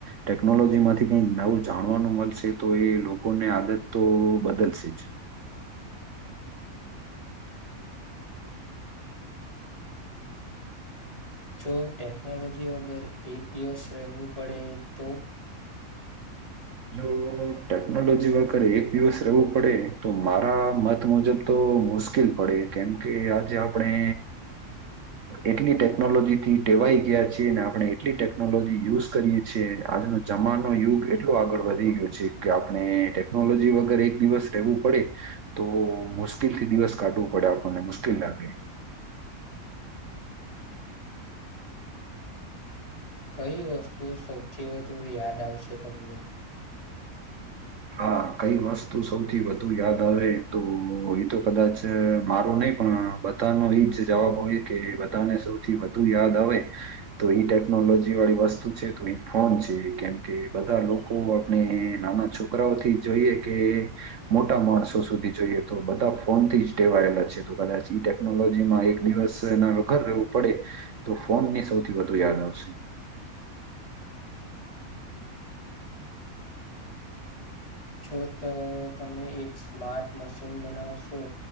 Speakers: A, on the right; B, on the left.
A: ટેકનોલોજીમાં થી કઈ નવું જાણવાનું મળશે, તો એ લોકોને આદત તો બદલશે જ
B: જો ટેકનોલોજી વગર એક દિવસ રહેવું પડે તો?
A: જો ટેકનોલોજી વગરે એક દિવસ રહેવું પડે તો મારા મત મુજબ તો બ મુશ્કેલ પડે કેમ કે, આજે આપણે એટલી ટેકનોલોજી થી ટેવાઈ ગયા છીએ, ને આપણે એટલી ટેકનોલોજી યુઝ કરીએ છએ આજનો જમાનો યુગ એટ આગળ વધી ગયો છે, કે આપણે ટેકનોલોજી વગર એક દિવસ રહેવું પડે તો મુશ્કેલથી દિવસ કાઢવું પડે આપણને મુશ્કેલ લાગે.
B: કઈ વસ્તુ સૌથી વધુ યાદ આવશે તમને?
A: હા, કઈ વસ્તુ સૌથી વધુ યાદ આવે તો એ તો કદાચ મારો નહી પણ બધાનો એ જ જવાબ હોય કે, બધાને સૌથી વધુ યાદ આવે તો એટેપ ટેનોલોજી વાળી વસ્તુ છે તો અ ફોન છે, કેમ કે બધા લોકો આપણે નાના છોક છોકરાઓથી જોઈએ કે મોટા માણસો સુધી જોઈએ તો બધા ફોનથી જ ટેવાયેલા છે તો કદાચ ટેકનોલોજીમાં એક દિવસ ના વઘર રહેવું પડે તો ફોન ની સૌથી વધુ યાદ આવે પછી
B: જો તો તમે એક સ્માર્ટ મશીન બનાવશો